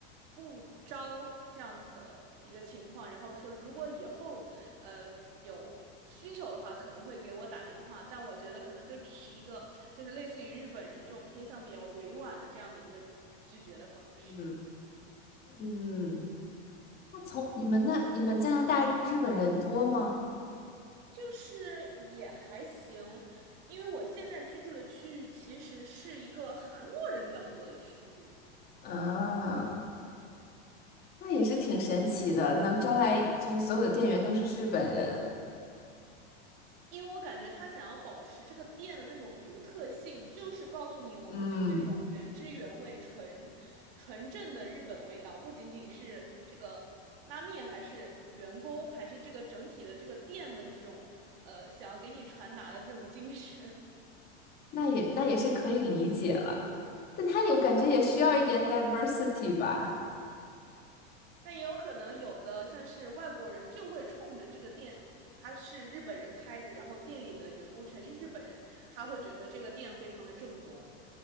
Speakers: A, on the right (about 55°); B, on the left (about 30°).
A: 不招这样子的一个情况，然后说如果以后呃有需求的话，可能会给我打电话，但我觉得可能就只是一个就是类似于日本人这种偏向比较委婉的这样的一个拒绝的方式。
B: 嗯嗯。那从你们那你们加拿大日本人多吗？
A: 就是也还行，因为我现在居住的区域其实是一个韩国人比较多的区域。
B: 啊，那也是挺神奇的，能招来就是所有的店员都是日本人，
A: 因为我感觉他想要保持这个店的那种独特性，就是告诉你我们是那种原汁原味、
B: 嗯，
A: 纯纯正的日本味道，不仅仅是这个拉面，还是员工，还是这个整体的这个店的这种呃想要给你传达的这种精神。
B: 那也那也是可以理解了，但他有感觉也需要一点 diversity 吧，
A: <laughs> 但也有可能有的像是外国人就会冲着这个店。他是日本人开的，然后店里的员工全是日本人，他会觉得这个店非常的正宗。